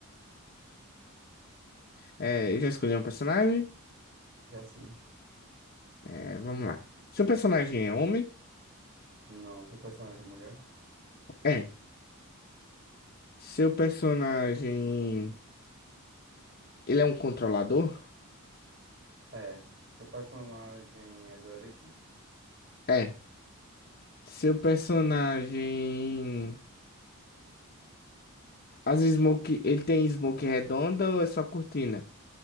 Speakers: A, on the left (about 45°); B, on the right (about 50°).
A: É, eu já escolhi um personagem.
B: Já sim.
A: É, vamos lá. Seu personagem é homem?
B: Não, seu personagem é mulher?
A: É. Seu personagem, ele é um controlador?
B: É. Seu personagem é duelista?
A: É. Seu personagem, as smoke, ele tem smoke redonda ou é só cortina?